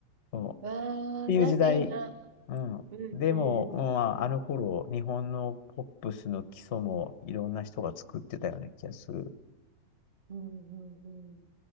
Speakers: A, on the left; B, on the right.
A: そう。っ
B: わあ、
A: ていう時代。
B: なんかいいな。
A: うん。
B: うんうん。
A: でも、うん、まああの頃、日本のポップスの基礎もいろんな人が作ってたような気がする。
B: うんうんうん。